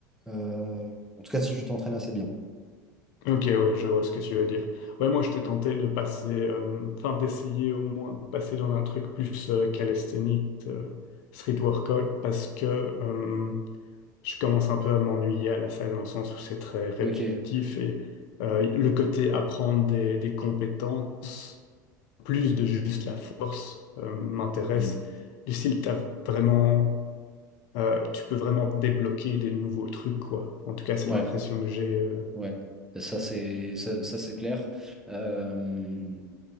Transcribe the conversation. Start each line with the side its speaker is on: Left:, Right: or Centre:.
Centre: Euh, en tout cas, si tu t'entraînes assez bien.
Left: Ok, ouais, je vois ce que tu veux dire. Ouais, moi, j'étais tenté de passer, euh, enfin, d'essayer au moins de passer dans un truc plus euh, calisthénique, euh, street workout, parce que euh, je commence un peu à m'ennuyer à la salle dans le sens où c'est très répétitif
Centre: Ok.
Left: et euh, le côté apprendre des, des compétences, plus de juste la force, euh, m'intéresse.
Centre: Hmm.
Left: Du style, t'as vraiment, euh, tu peux vraiment débloquer des nouveaux trucs, quoi. En tout cas, c'est
Centre: Ouais,
Left: l'impression que j'ai. euh,
Centre: ouais, ça c'est ça, ça, c'est clair. Euh,